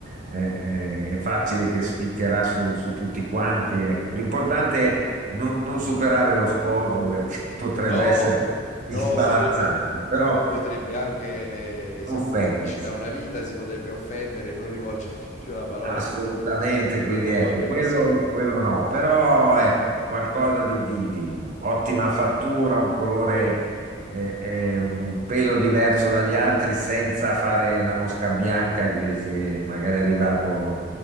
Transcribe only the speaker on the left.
No,
no, potrebbe,
poi potrebbe anche, siamo
amici da una vita, si potrebbe offendere e non rivolgermi più la parola,
quindi
non
vorrei
rischiare.